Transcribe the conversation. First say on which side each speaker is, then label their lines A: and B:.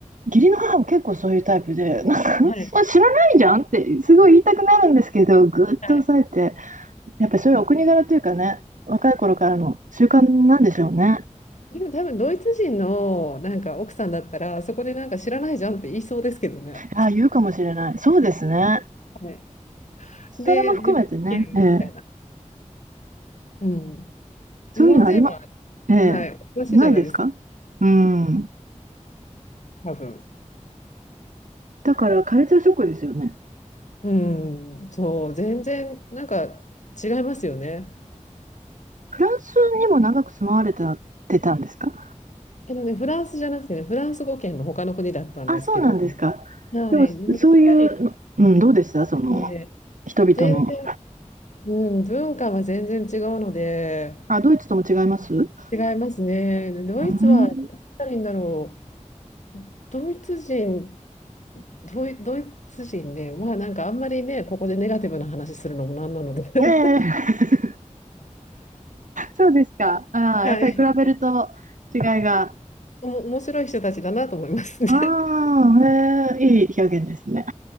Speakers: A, on the right; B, on the left.
A: 義理の母も結構そういうタイプで、なんか、
B: はい。
A: まあ知らないじゃんって、すごい言いたくなるんですけど、ぐっと抑えて、
B: はい。
A: やっぱりそういうお国柄というかね、若い頃からの習慣なんでしょうね。
B: でも多分ドイツ人のなんか奥さんだったら、そこでなんか知らないじゃんって言いそうですけどね。
A: ああ、言うかもしれない。そうですね。
B: はい。
A: それも含めてね、
B: で、自分で言えるみたいな。
A: ええ、
B: うん。
A: そういうのありま、
B: 日本人は、
A: ええ、
B: はい、おかしいじゃないですか、
A: ないですかうん。
B: 多分。
A: だから、カルチャーショックですよね。
B: うん。そう、全然なんか違いますよね。
A: フランスにも長く住まわれてたってたんですか
B: あのね、フランスじゃなくてね、フランス語圏の他の国だったんですけど、
A: あ、そうなんですか。
B: はい、
A: でも、
B: でもやっぱり
A: そういうの、うん、どうでしたその、
B: ですね、
A: 人々の
B: 全然、うん、文化は全然違うので、
A: あ、ドイツとも違いますう
B: 違いますね。でドイツは、
A: ーん。
B: 何言ったらいいんだろう、ドイツ人、ドイ、ドイツ人ね、まあなんかあんまりね、ここでネガティブな話するのもなんなので、
A: え
B: <laughs>
A: え <laughs> そうですか。ああ、
B: はい、
A: やっぱり比べると違いが。
B: おも、面白い人たちだなと思いますね。
A: ああ、ええいい表現ですね。